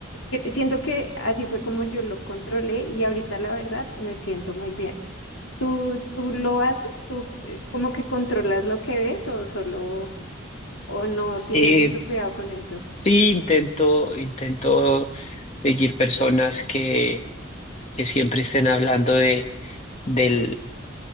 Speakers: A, on the left; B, on the left.
A: que- Siento que así fue como yo lo controlé y ahorita la verdad me siento muy bien. ¿Tú, tú lo haces? ¿Tú eh, como que controlas lo que ves o solo o no
B: Sí,
A: tienes mucho cuidado con eso?
B: sí, intento, intento seguir personas que, que siempre estén hablando de, del